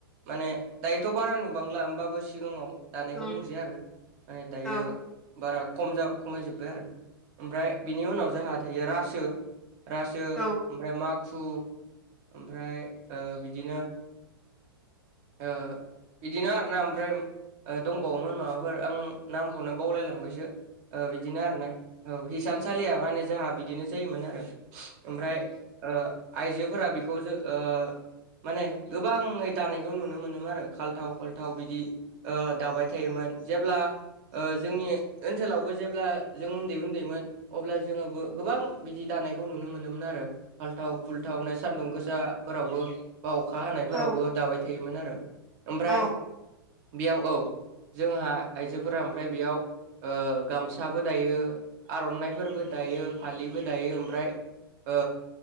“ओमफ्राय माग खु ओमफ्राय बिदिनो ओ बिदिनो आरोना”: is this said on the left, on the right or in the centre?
Right